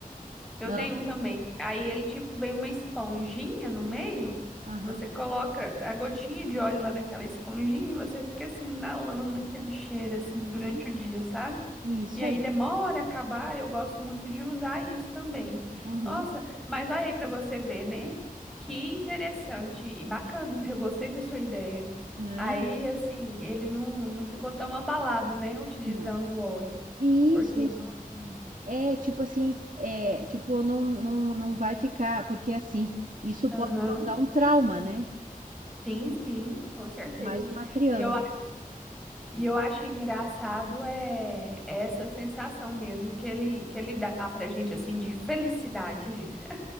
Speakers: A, in the centre; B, on the right.
A: Eu
B: Ah,
A: tenho um também. Aí ele, tipo, vem uma esponjinha no meio.
B: aham.
A: Você coloca a gotinha de óleo lá naquela esponjinha e você fica assim, inalando aquele cheiro, assim,
B: Uhum.
A: durante o dia, sabe?
B: Isso
A: E aí
B: aí.
A: demora a acabar. Eu gosto muito de usar isso também.
B: Uhum.
A: Nossa, mas olha aí pra você ver, né? Que interessante e bacana. Eu gostei da sua ideia.
B: Não,
A: Aí, assim, ele não, não ficou tão abalado, né? Utilizando
B: não.
A: o óleo.
B: Isso,
A: Porque,
B: isso.
A: nossa, menina.
B: É, tipo assim, é, tipo, não, não, não vai ficar, porque assim, isso pode
A: Aham.
B: causar um trauma, né?
A: Sim, sim, com certeza.
B: Mais uma criança.
A: E eu, a- e eu acho engraçado é é essa sensação mesmo que ele que ele dá pra gente assim de felicidade. <laughs>